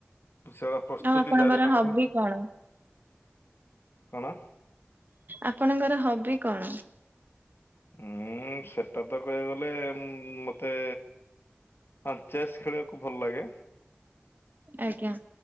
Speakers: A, on the left; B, on the right.
A: ସେ ପ୍ରସ୍ତୁତି
B: ଆଉ ଆପଣଙ୍କର
A: ଜାରି ରଖ।
B: ହବି କଣ
A: କଣ?
B: ଆପଣଙ୍କର ହବି କଣ?
A: ହୁଁ ସେଟା ତ କହିବାକୁ ଗଲେ ମତେ ହଁ ଚେସ୍ ଖେଳିବାକୁ ଭଲ ଲାଗେ।
B: ଆଜ୍ଞା।